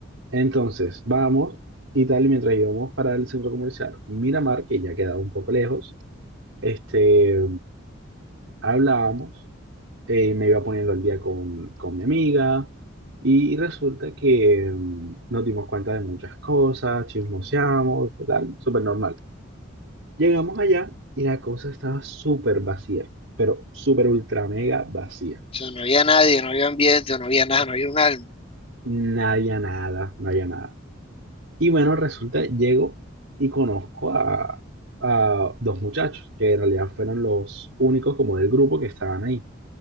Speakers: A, on the right; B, on the left.
A: Entonces, vamos y tal, y mientras íbamos para el centro comercial Miramar, que ya queda un poco lejos, este, hablábamos eh, me iba poniendo al día con, con mi amiga y resulta que mm, nos dimos cuenta de muchas cosas, chismoseamos, qué tal, súper normal. Llegamos allá y la cosa estaba súper vacía, pero súper ultra mega vacía.
B: O sea, no había nadie, no había ambiente, no había nada, no había un alma.
A: No había nada, no había nada. Y bueno, resulta, llego y conozco a, a dos muchachos que en realidad fueron los únicos como del grupo que estaban ahí.